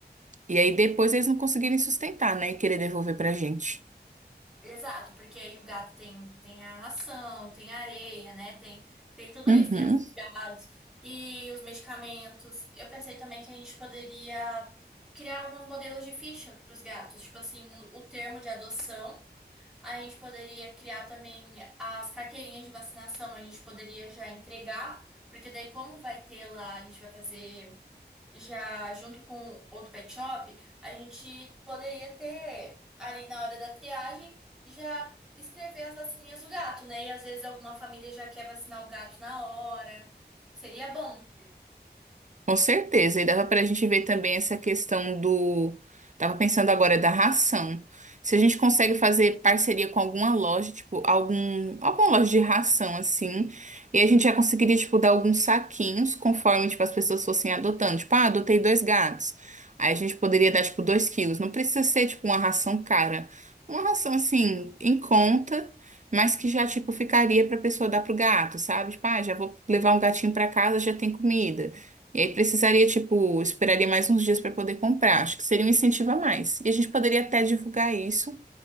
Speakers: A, on the right (about 45°); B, in the centre.
A: e aí depois eles não conseguirem sustentar, né? E querer devolver pra gente.
B: Exato, porque aí o gato tem, tem a ração, tem a areia, né? Tem, tem tudo
A: Uhum.
B: isso, tem os gados e os medicamentos. Eu pensei também que a gente poderia criar alguns modelos de ficha para os gatos, tipo assim, um, o termo de adoção. A gente poderia criar também as carteirinhas de vacinação, a gente poderia já entregar, porque daí, como vai ter lá, a gente vai fazer. já junto com outro pet shop, a gente poderia ter ali na hora da triagem já escrever as vacininhas do gato, né? E às vezes alguma família já quer vacinar o gato na hora. Seria bom.
A: Com certeza, e dava para a gente ver também essa questão do. Tava pensando agora da ração. Se a gente consegue fazer parceria com alguma loja, tipo, algum, alguma loja de ração, assim, e a gente já conseguiria, tipo, dar alguns saquinhos conforme, tipo, as pessoas fossem adotando. Tipo, ah, adotei dois gatos. Aí a gente poderia dar, tipo, dois quilos. Não precisa ser, tipo, uma ração cara. Uma ração, assim, em conta. Mas que já, tipo, ficaria pra pessoa dar pro gato, sabe? Tipo, ah, já vou levar um gatinho pra casa, já tem comida. E aí precisaria, tipo, esperaria mais uns dias para poder comprar. Acho que seria um incentivo a mais. E a gente poderia até divulgar isso